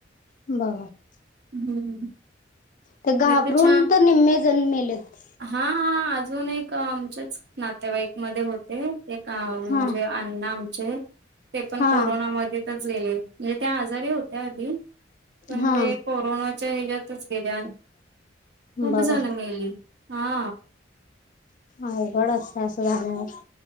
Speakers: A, on the left; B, on the right.
A: बा
B: हम्म
A: ते घाबरून
B: नाही छान
A: तर निम्म जण्मेलेत
B: हा हा अजून एक आमच्याच नातेवाईकमध्येध्ये होते ते म्हणजे
A: हा
B: अण्णा आमचे ते पण
A: हा
B: कोरोनामध्ये गे म्हणजे त्या आजारी होत आधी पण
A: हा
B: ते कोना च्या हच्यातच गेल्या खूप
A: बघा
B: जण मेली हा
A: अवघडच असं झाल्यावर